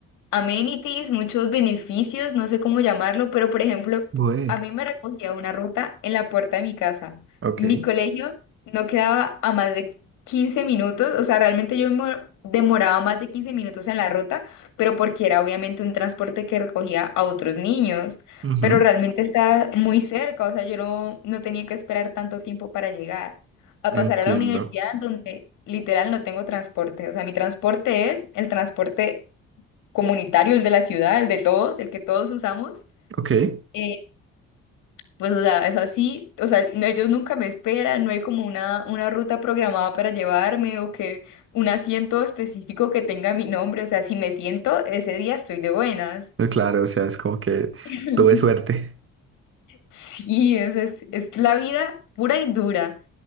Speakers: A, on the left; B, on the right.
A: amenities, muchos beneficios, no sé cómo llamarlo, pero por ejemplo,
B: Bueno,
A: a mí me recogía una ruta en la puerta de mi casa.
B: ok.
A: Mi colegio no quedaba a más de 15 minutos, o sea, realmente yo me demor- demoraba más de 15 minutos en la ruta, pero porque era obviamente un transporte que recogía a otros niños,
B: Ujú,
A: pero realmente estaba muy cerca, o sea, yo no, no tenía que esperar tanto tiempo para llegar. A pasar
B: Entiendo.
A: a la universidad donde literal no tengo transporte, o sea, mi transporte es el transporte comunitario, el de la ciudad, el de todos, el que todos usamos.
B: Ok. Eh,
A: eh, pues, o sea, es así, o sea, no, ellos nunca me esperan, no hay como una, una ruta programada para llevarme o que un asiento específico que tenga mi nombre, o sea, si me siento, ese día estoy de buenas.
B: Claro, o sea, es como que
A: <laughs>
B: tuve suerte.
A: Sí, es, es, es la vida pura y dura.